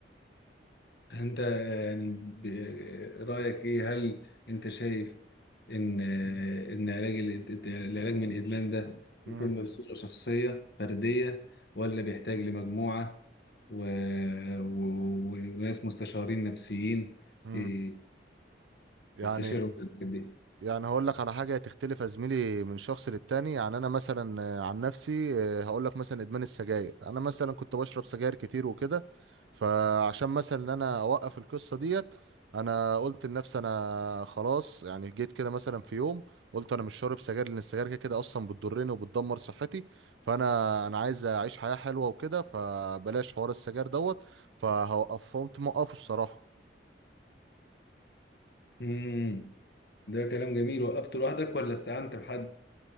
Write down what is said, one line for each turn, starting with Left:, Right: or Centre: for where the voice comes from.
Left: انت يعني ب- رأيك ايه هل انت شايف ان ان علاج الإد- العلاج من الادمان ده
Right: مم.
Left: يكون بصورة شخصية فردية ولا بيحتاج لمجموعة و... و... و... وناس مستشارين نفسيين
Right: مم.
Left: ي-
Right: يعني
Left: يستشيروا في الحاجات دي
Right: يعني هقول لك على حاجة تختلف يا زميلي من شخص للتاني يعني أنا مثلا آه، عن نفسي آه، هقول لك مثلا إدمان السجاير أنا مثلا كنت بشرب سجاير كتير وكده فعشان مثلا إن أنا أوقف القصة ديت أنا قلت لنفسي أنا خلاص يعني جيت كده مثلا في يوم قلت أنا مش شارب سجاير لأن السجاير كده كده أصلا بتضرني وبتدمر صحتي فأنا أنا عايز أعيش حياة حلوة وكده فبلاش حوار السجاير دوت فهوقف فقمت موقفه الصراحة
Left: امم ده كلام جميل وقفته لوحدك ولا استعنت بحد